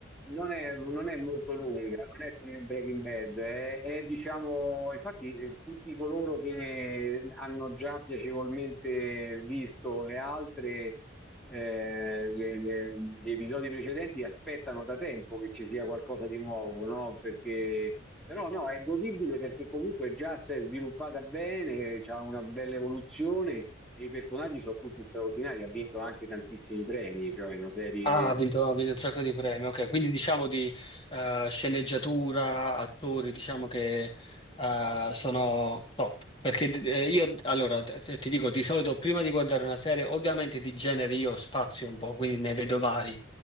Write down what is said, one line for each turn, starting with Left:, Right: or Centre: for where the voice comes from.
Centre: non è- non è molto lunga, non è come Breaking Bad, è, è, diciamo, infatti eh, tutti coloro che hanno già piacevolmente visto le altre, eh, le- le- gli episodi precedenti aspettano da tempo che ci sia qualcosa di nuovo, no? Perché, però no, è godibile perché comunque già si è sviluppata bene, c'ha una bella evoluzione. E I personaggi sono tutti straordinari, ha vinto anche tantissimi premi, cioè una serie...
Left: Ah, ha vinto, ha vinto un sacco di premi, ok. Quindi diciamo di eh, sceneggiatura, attori, diciamo che eh, sono top. Perché eh, io, allora, te- ti dico, di solito prima di guardare una serie, ovviamente di genere io spazio un po', quindi ne vedo vari,